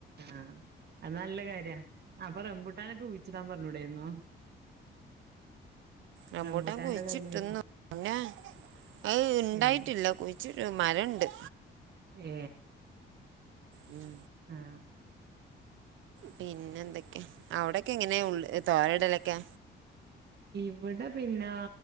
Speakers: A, on the right; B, on the right.
A: ആഹ് അത് നല്ല കാര്യാ അപ്പൊ റംബൂട്ടാനൊക്കെ കുയിച്ചിടാൻ പറഞ്ഞൂടായിരുന്നോ
B: റംബൂട്ടാൻ
A: റംബുട്ടാന്റെ
B: കുയിച്ചിട്ടെന്ന്
A: തയ്യൊക്കെ
B: പിന്നെ അത് ഇണ്ടായിട്ടില്ല
A: ഏഹ്
B: കുയ് ച്ച് മരം ഇണ്ട്
A: ഏ
B: ഉം
A: ആഹ
B: പിന്നെ എന്തൊക്കെയാ അവിടെക്കെ എങ്ങനെയാ ഉള്ള തോരയിടലക്കെ
A: ഇവിടെ പിന്നെ